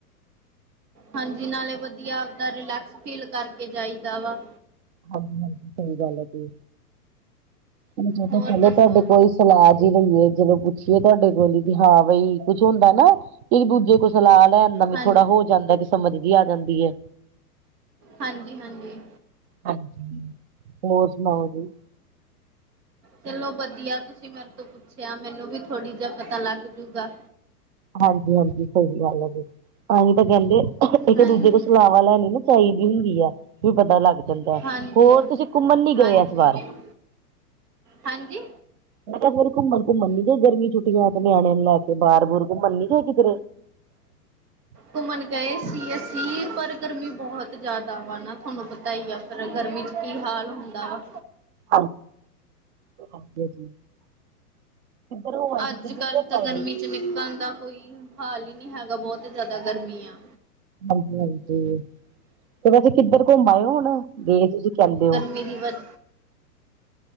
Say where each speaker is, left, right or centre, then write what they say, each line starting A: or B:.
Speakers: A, on the right; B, on the right.
A: ਹਾਂਜੀ, ਨਾਲੇ ਵਧੀਆ ਆਪਦਾ ਰਿਲੈਕਸ ਫੀਲ ਕਰਕੇ ਜਾਈਦਾ ਵਾ।
B: ਹਾਂਜੀ-ਹਾਂਜੀ ਸਹੀ ਗੱਲ ਆ ਜੇ। ਮ ਚਲੋ,
A: ਹੋਰ
B: ਚਲੋ
A: ਦੱਸੋ
B: ਤੁਹਾਡੇ ਕੋਈ ਸਲਾਹ ਜੀ ਲਈਏ ਜਦੋਂ ਕੁ ਤੁਹਾਡੇ ਕੋਲ ਹੀ ਵੀ, ਹਾਂ ਬਈ, ਕੁੱਛ ਹੁੰਦਾ ਨਾ ਇੱਕ-ਦੂਜੇ ਕੋਲ ਸਲਾਹ ਲੈਣ ਦਾ ਵੀ
A: ਹਾਂ
B: ਥੋੜਾ ਹੋ ਜਾਂਦਾ, ਕਿ ਸਮਝ ਜੀ ਆ ਜਾਂਦੀ ਹੈ।
A: ਹਾਂਜੀ-ਹਾਂਜੀ।
B: ਹਾਂਜੀ, ਹੋਰ ਸੁਣਾਓ ਜੀ?
A: ਚਲੋ ਵਧੀਆ‌। ਤੁਸੀਂ ਮੇਰੇ ਤੋਂ ਪੁੱਛਿਆ, ਮੈਨੂੰ ਵੀ ਥੋੜੀ ਜਾ ਪਤਾ ਲੱਗ ਜੂਗਾ।
B: ਹਾਂਜੀ, ਹਾਂਜੀ, ਸਹੀ ਗੱਲ ਆ ਜੀ। ਤਾਂਹੀ ਤਾਂ ਕਹਿੰਦੇ, ਇੱਕ-ਦੂਜੇ
A: ਹਾਂਜੀ,
B: ਕੋਲ ਸਲਾਵਾਂ ਲੈਣੀ ਨਾ, ਚਾਹੀਦੀ ਹੁੰਦੀ ਆ। ਵੀ ਪਤਾ ਲੱਗ ਜਾਂਦਾ।
A: ਹਾਂਜੀ,
B: ਹੋਰ, ਤੁਸੀ ਘੁੰਮਣ ਨੀ
A: ਹਾਂਜੀ,
B: ਗਏ, ਇਸ ਵਾਰ?
A: ਹਾਂਜੀ!
B: ਮੈਂ ਕਿਹਾ, ਫਿਰ ਘੁੰਮਣ-ਘੁੰਮਣ ਨੀ ਗਏ, ਗਰਮੀ ਛੁੱਟੀਆਂ ਹੈ, ਤੇ ਨਿਆਣਿਆਂ ਨੂੰ ਲੈਕੇ, ਬਾਹਰ-ਬੁਰ ਘੁੰਮਣ ਨੀ ਗਏ ਕਿਧਰੇ? <unintelligible>
A: ਘੁੰਮਣ ਗਏ ਸੀ ਅਸੀਂ ਪਰ ਗਰਮੀ ਬਹੁਤ ਜ਼ਿਆਦਾ ਵਾ ਨਾ ਤੁਹਾਨੂੰ ਪਤਾ ਹੀ ਆ। ਪਰ ਗਰਮੀ ਚ ਕੀ ਹਾਲ ਹੁੰਦਾ ਵਾ
B: ਹਾਂਜੀ ਹਾਂਜੀ ਜੀ। ਕਿੱਧਰ ਹੋ ਆਏ ਫਿਰ
A: ਅੱਜ
B: ਕਿੱਧਰ
A: ਕੱਲ
B: ਘੁੰਮ
A: ਤਾਂ
B: ਆਏ
A: ਗਰਮੀ
B: ਹੋ
A: ਵਿੱਚ ਨਿਕਲਣ ਦਾ ਕੋਈ ਹਾਲ ਹੀ ਨਹੀਂੀ ਹੈਗਾ ਬਹੁਤ ਜ਼ਿਆਦਾ ਗਰਮੀ ਆ।
B: ਹਾਂਜੀ-ਹਾਂਜੀ ਤੇ ਵੈਸੇ ਕਿੱਧਰ ਘੁੰਮ ਆਏ ਓ, ਹੁਣ? ਗਏ ਤੁਸੀਂ ਕਹਿੰਦੇ ਹੋ।
A: ਮੇਰੀ ਵਤ